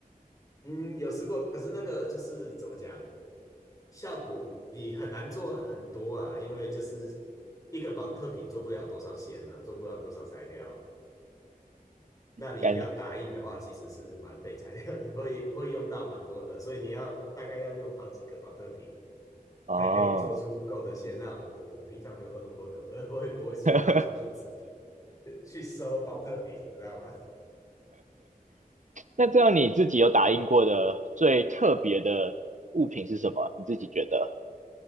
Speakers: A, on the left (about 25°); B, on the right (about 55°).
A: 嗯，有试过，可是那个就是怎么讲？效果你很难做很多啊，因为就是一个保特瓶做不了多少线啊，做不了多少材料。那你要打印的话，
B: 感觉
A: 其实是蛮费材料的，<laughs> 会会用到蛮多的，所以你要大概要用好几个保特瓶
B: 哦，
A: 才可以做出够的线。那我，我平常没有喝那么多可乐，<laughs> 我也不会说到处去搜
B: <laughs>
A: <laughs> 去收保特瓶，你知道吗？
B: 那这样你自己有打印过的最特别的物品是什么？你自己觉得？